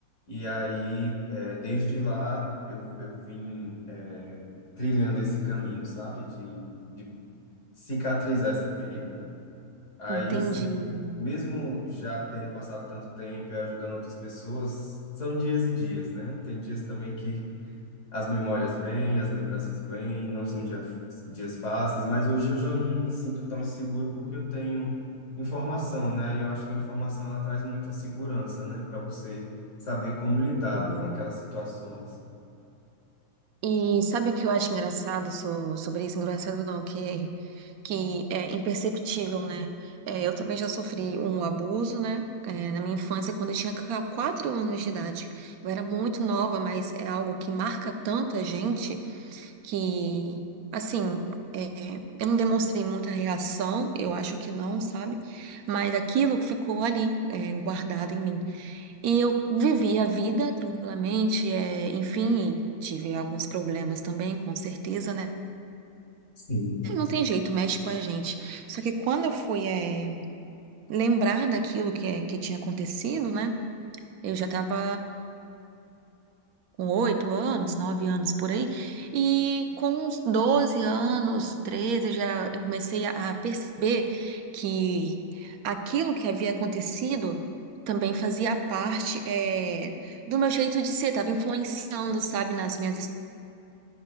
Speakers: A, on the left; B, on the right.
A: e aí, eh, desde lá, eu, eu vim, eh, trilhando esse caminho, sabe? De, de cicatrizar essa ferida. Aí,
B: entendi.
A: assim, mesmo já tendo passado tanto tempo e ajudando outras pessoas, são dias e dias, né? Tem dias também que as memórias vêm, as lembranças vêm, não são dia, dias fáceis, mas hoje eu já não me sinto tão inseguro porque eu tenho informação, né? E eu acho que a informação ela traz muita segurança, né? Para você saber como lidar
B: Sim.
A: com aquelas situações.
B: E sabe o que eu acho engraçado so- sobre isso? Engraçado não, que, é, que é imperceptível, né? É, eu também já sofri um abuso, né? É, na minha infância, quando eu tinha ca- quatro anos de idade. Eu era muito nova, mas é algo que marca tanta gente que, assim, é, eu não demonstrei muita reação, eu acho que não, sabe? Mas aquilo ficou ali, é, guardado em mim. E eu vivi a vida tranquilamente, é, enfim, e tive alguns problemas também, com certeza, né?
A: Sim,
B: Não tem jeito, mexe com a gente. Só que quando eu fui, é, lembrar daquilo que, é, que tinha acontecido, né? Eu já estava com oito anos, nove anos por aí, e com uns 12 anos, 13 já eu comecei a, a perceber que aquilo que havia acontecido também fazia parte eh, do meu jeito de ser, estava influenciando, sabe, nas minhas es-